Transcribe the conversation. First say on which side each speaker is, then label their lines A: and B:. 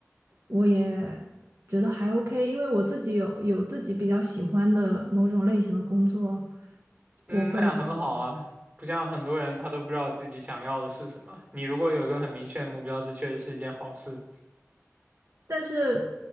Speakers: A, on the right (about 65°); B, on the right (about 35°).
A: 我也觉得还 OK，因为我自己有有自己比较喜欢的某种类型的工作，
B: 嗯，
A: 我会。
B: 那样很好啊。不像很多人他都不知道自己想要的是什么。你如果有一个很明确的目标，这确实是一件好事。
A: 但是